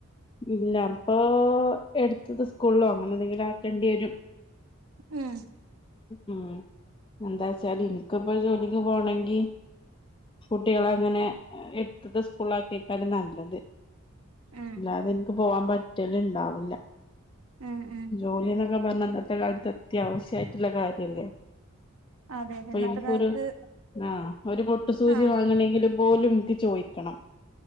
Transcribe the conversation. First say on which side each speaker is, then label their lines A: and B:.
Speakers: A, on the left (about 20°); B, on the right (about 80°).
A: ഇല്ല അപ്പൊ എടുത്തത് സ്കൂളോ അങ്ങനെ എന്തെങ്കിലും ആക്കേണ്ടി വെരും
B: ഉം
A: ഉം എന്താച്ചാല് എനിക്കിപ്പ ജോലിക്ക് പോകണെങ്കി കുട്ടികളെ ഇങ്ങനെ എടുത്തത് സ്കൂളിലാക്കിയേക്കാണ് നല്ലെത്
B: ഉം
A: അതെനിക്ക് പോകാൻ പറ്റലൊണ്ടാവില്ല.
B: ഉം ഉം
A: ജോലി ഇന്ന ത്തന്നെന്നാ ഇന്നത്തെ കാലത്ത് അത്യാവശ്യവായിറ്റുള്ള കാര്യാല്ലേ
B: അതെ അതെ
A: ഇപ്പ
B: ഇന്നത്തെ
A: എനിക്കൊരു
B: കാലത്ത്
A: ആ ഒരു മൊട്ടു സൂചി
B: ആഹ്
A: വാങ്ങണെങ്കിലും പോലും എക്ക് ചോയിക്കണം